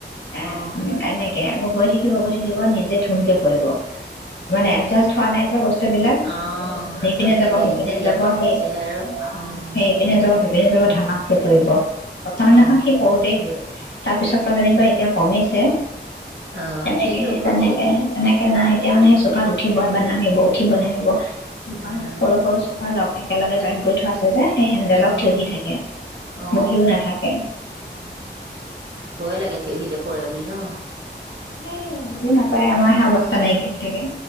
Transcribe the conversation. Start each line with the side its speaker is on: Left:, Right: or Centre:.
Right: অ
Left: এহ উম এনেকে আকৌ গৈ থাকিব থিয় হব থাকিব নিজে ধুমকে পৰিব মানে এডজাষ্ট হোৱা নাই যে বস্তু বিলাক
Right: অ আচলতে
Left: ইপিনে যাব
Right: হেৰি
Left: সিপিনে
Right: যে ইয়াৰ
Left: যাব
Right: পৰা গৈছেহে
Left: সেই
Right: আৰু
Left: অহ
Right: উম
Left: সেই ইপিনে যাব সিপিনে যাব ধামাকে পৰিব। প্ৰথম দিনাখন
Right: অ
Left: সি পৰোতে গ'ল তাৰ পিছৰ পৰা যেনিবা এতিয়া কমিছে
Right: অ
Left: তেনেকে
Right: ঠিক হ'বগে
Left: তেনেকে তেনেকে এতিয়া নাই এতিয়া সেই চোফাত উঠিব বা নামিব উঠিব নামিব দুখন
Right: উম
Left: সৰু সৰু চোফা লগ একেলগে জইন কৰি থোৱা আছে যে সেই হেণ্ডেলত
Right: অ
Left: থিয়হি থাকে
Right: অ
Left: বহিও নাথাকে
Right: ভয় লাগে থিয়হিলে পৰে বুলি নহ
Left: এয়াই বুজি নাপায়, আমাৰ হে ব চানাইকিয়া হৈ থাকে